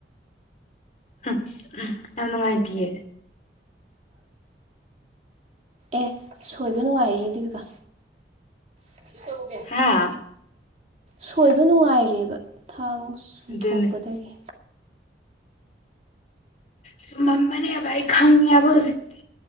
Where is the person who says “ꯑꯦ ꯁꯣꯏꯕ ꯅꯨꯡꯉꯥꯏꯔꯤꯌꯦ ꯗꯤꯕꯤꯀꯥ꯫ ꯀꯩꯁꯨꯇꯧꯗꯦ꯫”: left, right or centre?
Right